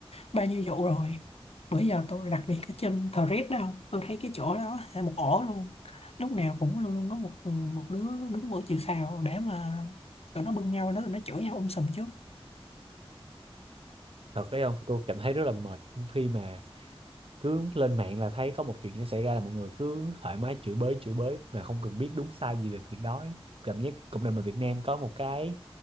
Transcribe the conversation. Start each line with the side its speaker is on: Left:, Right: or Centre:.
Left: bao nhiêu vụ rồi bữa giờ tôi đặc biệt ở trên Threads đó không tôi thấy cái chỗ đó là một ổ luôn lúc nào cũng luôn luôn có một một đứa đứng mũi chịu sào để mà tụi nó bưng nhau đó tụi nó chửi nhau um sùm trước
Right: thật đấy không tôi cảm thấy rất là mệt khi mà cứ lên mạng là thấy có một chuyện nó xảy ra là mọi người cứ thoải mái chửi bới chửi bới mà không cần biết đúng sai gì về việc đó ấy. cảm giác cộng đồng người Việt Nam có một cái